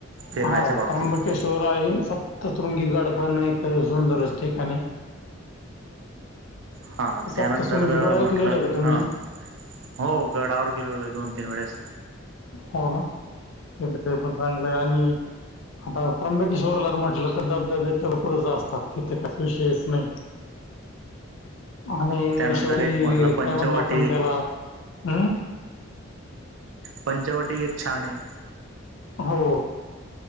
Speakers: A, on the right; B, on the left.
A: फिरण्याच्या
B: हा
A: बाबतीत
B: त्र्यंबकेश्वर आहे सप्ततृंगी गडपण एक सुंदरच ठिकाण आहे.
A: हा
B: सप्तशृंगी
A: त्यानंतर
B: गड ऐकलेलं
A: म्हटलं
B: आहे का तुम्ही
A: हा हो गडावर गेलोल आहे दोन तीन वेळेस.
B: हो ना, <unintelligible> पण चांगलंय आणि आता त्र्यंबेकीिशोवरला म्हटलं तर धबधबे त पुर असतात तिथे काही विषयच नाही.
A: <inaudible>
B: आणि
A: त्यानंतर
B: शेवटी
A: एक म्हटलं पंचवटी
B: काय म्हणतो आपण त्याला, हम्.
A: पंचावटी एक छानये.
B: हो.